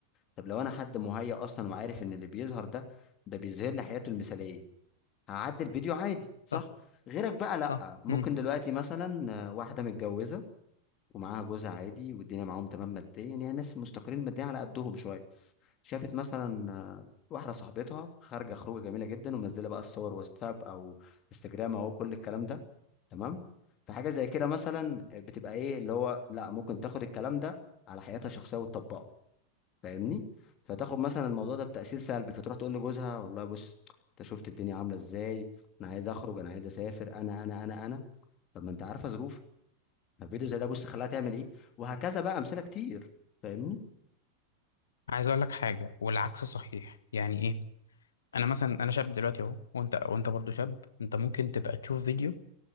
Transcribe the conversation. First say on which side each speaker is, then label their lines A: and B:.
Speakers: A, on the left; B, on the left.
A: طب لو انا حد مهيأ اصلا وعارف ان اللي بيظهر ده ده بيظهر لي حياته المثالية هعدي الفيديو عادي صح
B: صح
A: غيرك بقى لا
B: صح
A: ممكن
B: امم
A: دلوقتي مثلا آه، واحدة متجوزة ومعاها جوزها عادي والدنيا معاهم تمام ماديا يعني ناس مستقرين ماديا على قدهم شويه شافت مثلا آه، واحده صاحبتها خارجه خروجه جميله جدا ومنزله بقى الصور واتساب او انستجرام او كل الكلام ده تمام فحاجه زي كده مثلا آه، بتبقى ايه اللي هو لا ممكن تاخد الكلام ده على حياتها الشخصيه وتطبقه فاهمني فتاخد مثلا الموضوع ده بتاثير سلبي فتروح تقول لجوزها والله بص انت شفت الدنيا عامله ازاي انا عايز اخرج انا عايز اسافر انا انا انا انا طب ما انت عارفه ظروفي فيديو زي ده بص خلاها تعمل ايه وهكذا بقى امثله كتير فاهمني
B: عايز اقول لك حاجه والعكس صحيح يعني ايه انا مثلا انا شاب دلوقتي اهو وانت وانت برضو شاب انت ممكن تبقى تشوف فيديو